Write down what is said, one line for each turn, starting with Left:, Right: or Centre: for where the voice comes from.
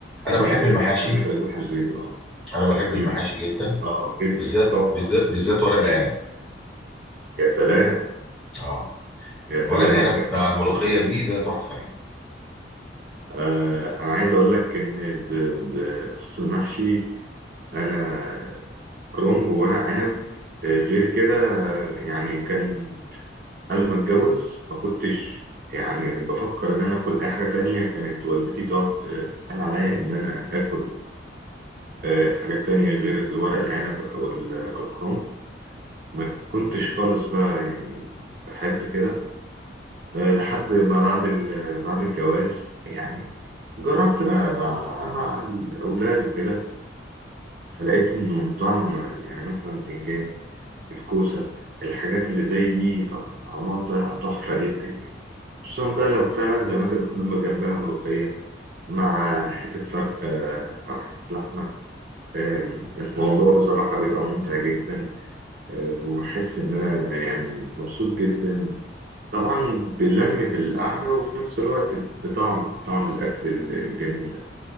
Right: ال-
Centre: انا بحب المحاشي
Right: الحاجات اللي جوه في البيت اه
Centre: انا بحب
Right: مم.
Centre: المحاشي جدا
Right: اه جدا
Centre: بالذات
Right: طبعا
Centre: بالذات بالذات ورق العنب
Right: يا سلام
Centre: <clears throat> اه
Right: يا سلام
Centre: ورق العنب
Right: على الجمال
Centre: مع الملوخيه دي ده تحفه يعني
Right: آه انا عايز اقول لك ان ب- بخصوص المحشي انا كرنب وورق عنب آه، غير كده آه، يعني كان قبل ما اتجوز ما كنتش يعني بفكر ان انا اكل اي حاجه تانية كانت والدتي تقعد تتحايل عليا ان انا اكل آه، حاجات تانية غير الورق العنب أو ال- أو الكروم ما كنتش خالص بقى يعني بحب كده آه، لحد ما بعد ال- بعد الجواز يعني جربت بقى, بقى مع الأولاد وكده فلقيت إنه طعم يعني مثلا بتنجان الكوسة الحاجات اللي زي دي ط- طعمها طالع تحفة جدا يعني خصوصا بقى لو فعلا زي ما أنت بتقول ما جنبها ملوخية مع حتة فرخة أو حتة لحمة آم، الموضوع بصراحة بيبقى ممتع جدا آه، وبحس إن أنا يعني مبسوط جدا طبعا بلمة القعدة وفي نفس الوقت بطعم طعم الأكل ال- الجميل ده